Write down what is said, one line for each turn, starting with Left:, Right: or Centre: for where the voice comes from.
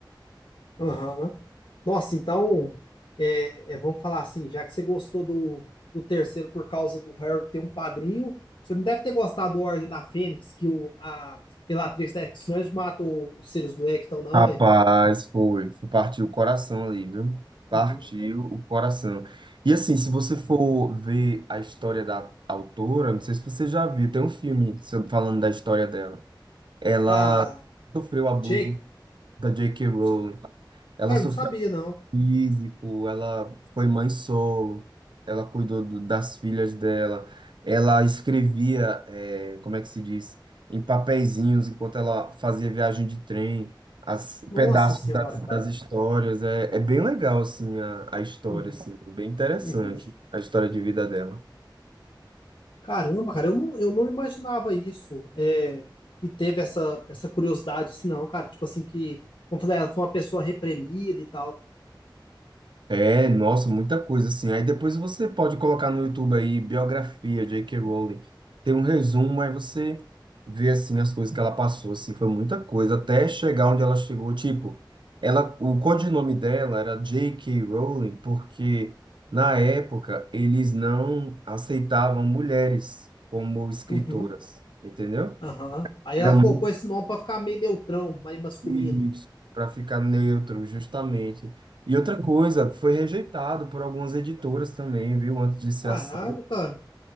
Left: Aham. Nossa, então, é, é, vamos falar assim, já que você gostou do, do terceiro por causa do Harry ter um padrinho, você não deve ter gostado do Ordem da Fênix, que o, a Bellatrix da X-Men mata o- os Sirius Black, então não,
Right: Rapaz,
Left: hein?
Right: foi, foi- partiu o coração ali, viu? Partiu
Left: Uhum,
Right: o coração. E assim, se
Left: uhum.
Right: você for ver a história da autora, não sei se você já viu, tem um filme sobre- falando da história dela. Ela
Left: Tá,
Right: sofreu abuso
Left: Jake?
Right: da J.K. Rowling.
Left: Sa-
Right: Ela
Left: Cara,
Right: sofreu
Left: não sabia, não.
Right: físico, ela foi mãe solo, ela cuidou do- das filhas dela, ela escrevia, eh, como é que se diz, em papeizinhos enquanto ela fazia viagem de trem, as
Left: Nossa
Right: pedaços
Left: senhora,
Right: das,
Left: cara.
Right: das histórias, é, é bem legal, assim, a, a história,
Left: Uhum,
Right: assim, bem interessante,
Left: uhum.
Right: a história de vida dela.
Left: Caramba, cara, eu não, eu não imaginava isso, é, que teve essa, essa curiosidade, assim, não, cara, tipo assim, que, vamos falar, ela foi uma pessoa reprimida e tal.
Right: É, nossa, muita coisa assim. Aí depois você pode colocar no YouTube aí biografia J.K. Rowling. Tem um resumo, aí você vê assim as coisas que ela passou, assim, foi muita coisa até chegar onde ela chegou, tipo, ela o codinome dela era J.K. Rowling porque na época eles não aceitavam mulheres como escritoras,
Left: Uhum.
Right: entendeu?
Left: Aham. Aí
Right: Era
Left: ela
Right: muito
Left: colocou esse nome pra ficar meio neutrão, mais masculino.
Right: isso, para ficar neutro, justamente. E outra coisa, foi rejeitado por algumas editoras também, viu? Antes de ser
Left: Caralho,
Right: aceito.
Left: cara.